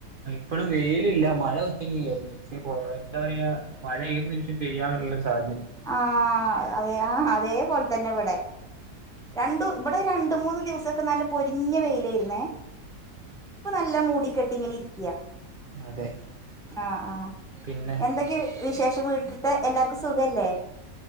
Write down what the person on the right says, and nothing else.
ഇപ്പളു വെയിലില്ല മഴ ഉച്ചയ്ക്ക് കഴിഞ്ഞു. ഷേ പോ എന്താ പറിയാ മഴ ഏത് നിമിഷം പെയ്യാനുള്ള സാധ്
അതെ
പിന്നെ